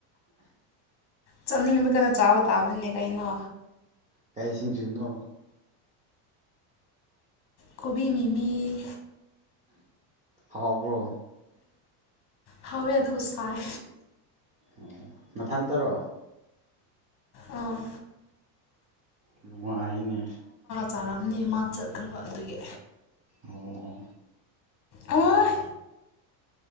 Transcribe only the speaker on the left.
ꯆꯠꯅꯤꯡꯉꯤꯕ ꯀꯩꯅ ꯆꯥꯕ ꯇꯥꯕꯅꯤꯅꯦ ꯀꯩꯅꯣ
ꯀꯕꯤ ꯃꯤꯃꯤꯜ
ꯍꯥꯎꯋꯦ ꯑꯗꯨꯕꯨ ꯁꯥꯏ
ꯑꯣ
ꯆꯥꯔꯑꯝꯅꯤ ꯃꯥ ꯆꯠꯈ꯭ꯔꯕ ꯑꯗꯨꯒꯤ
ꯑꯣꯏ